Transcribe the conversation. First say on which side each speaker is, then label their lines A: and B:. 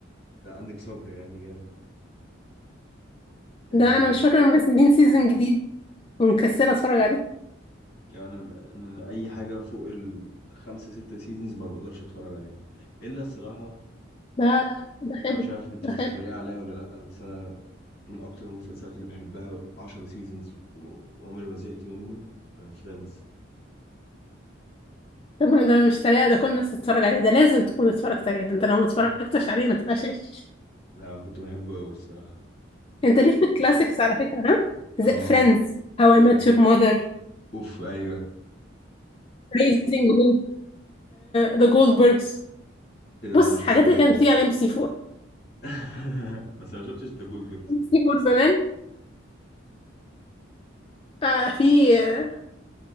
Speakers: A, on the left; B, on the left.
A: لا عندك صبر يعني يعني
B: ده
A: انا
B: انا مش فاكره منزلين سيزون جديد ومكسله اتفرج عليه
A: يعني انا انا اي حاجه فوق الخمسه سته سيزونز ما بقدرش اتفرج عليها الا الصراحه
B: لا لا ده حلو
A: انا مش عارف انت
B: ده
A: هتتريق
B: حلو
A: عليا ولا لا بس انا من اكتر المسلسلات اللي بحبها 10 سيزونز وعمري ما زهقت منه فريندز
B: طب ما ده مش طريقه ده كل الناس تتفرج عليه ده لازم تكون اتفرجت عليه ده انت لو ما اتفرجتش
A: صح
B: عليه ما تبقاش عايش
A: لا كنت بحبه قوي الصراحه
B: انت ليه في الكلاسيكس على فكره ها
A: اه
B: فريندز هاو اي ميت
A: أي.
B: يور ماذر
A: اوف ايوه
B: ريزنج هوب ذا جولدبرجز
A: ايه ده
B: بص
A: لا ما شفتوش
B: حاجات اللي كانت
A: ده
B: بتيجي على ام بي سي
A: <laughs> بس انا ما شفتش ذا جولد بيركس ده
B: سي فور زمان آه في آه